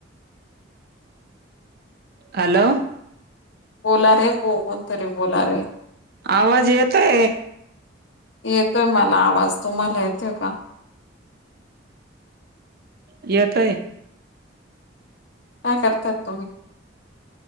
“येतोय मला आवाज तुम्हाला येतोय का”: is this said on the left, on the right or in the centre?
Left